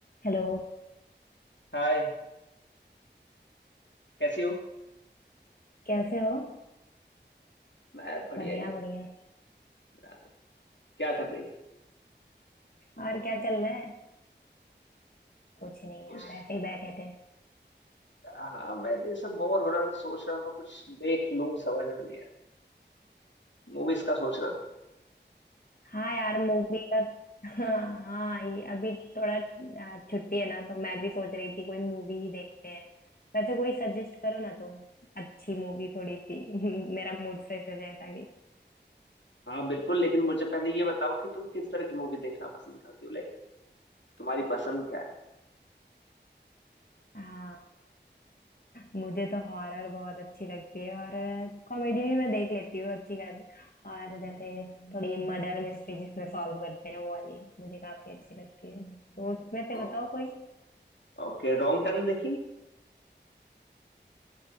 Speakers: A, on the left (about 50°); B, on the left (about 75°).
A: हेलो
B: हाय कैसी हो
A: कैसे हो
B: मैं बढ़िया
A: बढ़िया
B: ही हूँ
A: बढ़िया
B: आ, क्या कर रही थी
A: और क्या चल रहा है कुछ नहीं
B: कुछ
A: यार ऐसे ही बैठे थे
B: हाँ मैं भी सब बोर हो रहा था सोच रहा था कुछ देख लूं समझ में नहीं आया मूवीज का सोच रहा था
A: हाँ यार मूवी का <laughs> हाँ हाँ ये अभी थोड़ा आ, छुट्टी है ना तो मैं भी सोच रही थी कोई मूवी ही देखते हैं वैसे कोई सजेस्ट करो ना तुम अच्छी मूवी थोड़ी सी <laughs> मेरा मूड फ्रेश हो जाए ताकि
B: हाँ बिल्कुल लेकिन मुझे पहले ये बताओ कि तुम किस तरह की मूवी देखना पसंद करती हो लाइक तुम्हारी पसंद क्या है
A: हाँ मुझे तो हॉरर बहुत अच्छी लगती है और कॉमेडी भी मैं देख लेती हूँ अच्छी खासी और जैसे थोड़ी मर्डर मिस्ट्री जिसमें सॉल्व करते हैं वो वाली मुझे काफी अच्छी लगती है तो उसमें से
B: ओ,
A: बताओ
B: ओ,
A: कोई
B: ओके रॉन्ग टर्न देखी